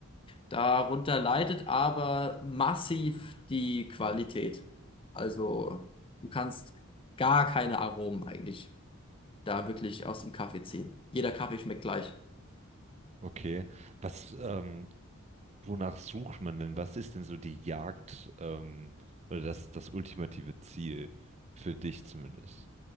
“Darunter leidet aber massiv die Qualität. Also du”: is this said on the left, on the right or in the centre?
Left